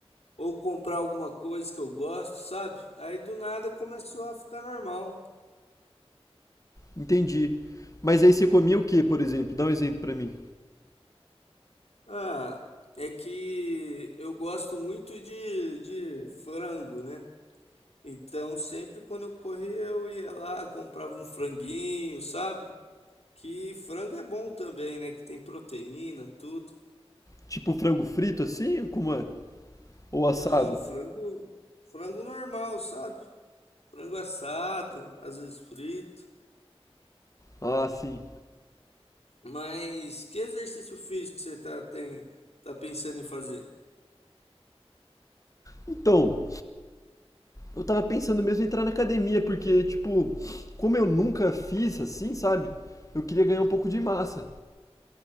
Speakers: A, on the left (about 80°); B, on the left (about 30°).
A: ou comprar alguma coisa que eu gosto, sabe? Aí do nada começou a ficar normal.
B: Entendi. Mas aí você comia o quê, por exemplo? Dá um exemplo pra mim.
A: Ah, é que eu gosto muito de, de frango, né? Então, sempre quando eu corria, eu ia lá, comprava um franguinho, sabe? Que frango é bom também, né? Que tem proteína, tudo.
B: Tipo frango frito assim? Como é? Ou
A: Não,
B: assado?
A: frango, frango normal, sabe? Frango assado, às vezes frito.
B: Ah, sim.
A: Mas que exercício físico você tá, tem, tá pensando em fazer?
B: Então, eu tava pensando mesmo em entrar na academia, porque, tipo, como eu nunca fiz assim, sabe? Eu queria ganhar um pouco de massa.